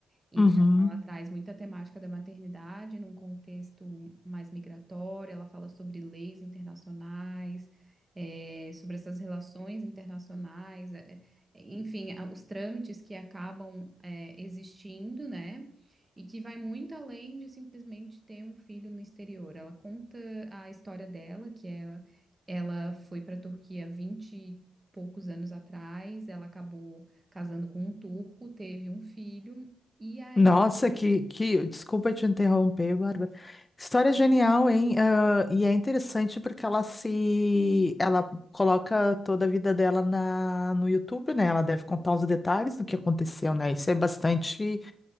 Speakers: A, on the right; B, on the left.
A: Então,
B: Uhum.
A: ela traz muita temática da maternidade num contexto mais migratório, ela fala sobre leis internacionais, eh, sobre essas relações internacionais, eh, enfim, a- os trâmites que acabam, eh, existindo, né? E que vai muito além de simplesmente ter um filho no exterior. Ela conta a história dela, que é ela foi para a Turquia há 20 e poucos anos atrás, ela acabou casando com um turco, teve um filho. E aí,
B: Nossa, que, que. Desculpa te interromper, Bárbara. História genial, hein? Ah, e é interessante porque ela se. Ela coloca toda a vida dela na... no YouTube, né? Ela deve contar os detalhes do que aconteceu, né? Isso é bastante